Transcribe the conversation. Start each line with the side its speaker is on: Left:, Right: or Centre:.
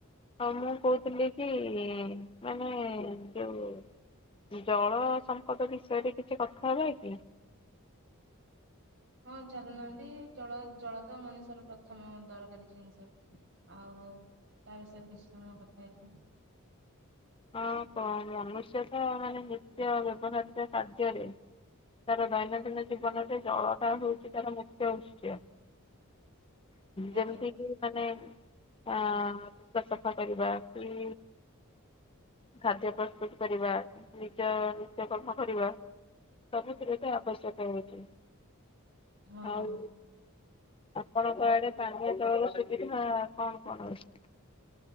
Left: ଆଉ ମୁଁ କଉଥିଲି କି ମାନେ ଯୋଉ ଜଳ ସମ୍ପଦ ବିଷୟରେ କିଛି କଥା ହବା କି?
Right: ହଁ ଚାଲୁନାହାନ୍ତି, ଜଳ ଜଳ ତ ମଣିଷର ପ୍ରଥମ ଦରକାରୀ ଜିନିଷ। ଆଉ ତା ବିଷୟରେ କିଛି ସମୟ କଥା ହେଇଯିବା।
Left: ଅଁ କଣ ମନୁଷ୍ୟ ତ ମାନେ ନିତ୍ୟ ବ୍ୟବହାରିକ କାର୍ଯ୍ୟରେ ତାର ଦୈନନ୍ଦିନ ଜୀବନରେ ଜଳଟା ହଉଚି ତାର ମୁଖ୍ୟ ଉତ୍ସ୍ୟ। ଯେମିତି
Right: ଆଜ୍ଞା
Left: କି ମାନେ ଆଁ ଲୁଗା ସଫା କରିବା କି ଖାଦ୍ୟ ପ୍ରସ୍ତୁତ କରିବା, ନିଜ ନିତ୍ୟକର୍ମ କରିବା ସବୁଥିରେ ତ ଆବଶ୍ୟକ ହଉଚି,
Right: ହଁ।
Left: ଆଉ ଆପଣଙ୍କ ଆଡେ ପାନୀୟ ଜଳର ସୁବିଧା କଣ କଣ ଅଛି?